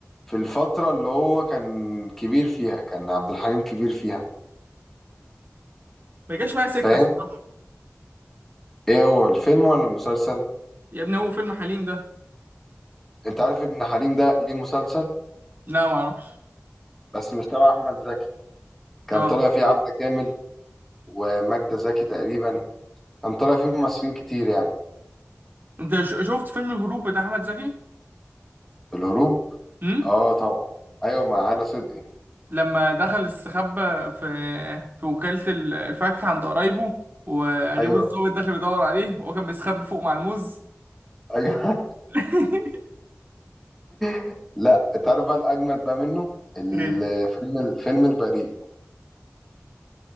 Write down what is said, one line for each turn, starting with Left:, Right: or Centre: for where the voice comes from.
Centre: في الفترة اللي هو كان كبير فيها كان عبد الحليم كبير فيها
Right: ما جاش معايا سكه
Centre: فاهم
Right: الصراحه
Centre: ايه هو الفيلم ولا المسلسل
Right: يا ابني هو فيلم حليم ده
Centre: انت عارف ان حريم ده ليه مسلسل
Right: لا ما اعرفش
Centre: بس مش تبع احمد زكي كان
Right: اه
Centre: طالع فيه عبده كامل وماجده زكي تقريبا كان طالع فيه ممثلين كتير يعني
Right: انت ش- شفت فيلم الهروب بتاع احمد زكي
Centre: الهروب
Right: امم
Centre: اه طبعا ايوه مع هالة صدقي
Right: لما دخل استخبى في في وكالة ال- الفاكهة عند قرايبه وقريبه
Centre: ايوه
Right: الظابط داخل يدور عليه وهو كان بيستخبى فوق مع الموز
Centre: ايوه
Right: <laughs>
Centre: <laughs> لا انت عارف بقى الاجمد بقى منه الفيلم
Right: ايه
Centre: الفيلم البريء